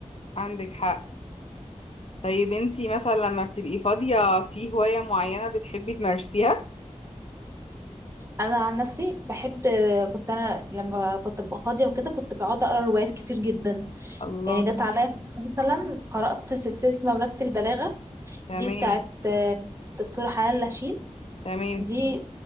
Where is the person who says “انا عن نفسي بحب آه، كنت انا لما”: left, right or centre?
Right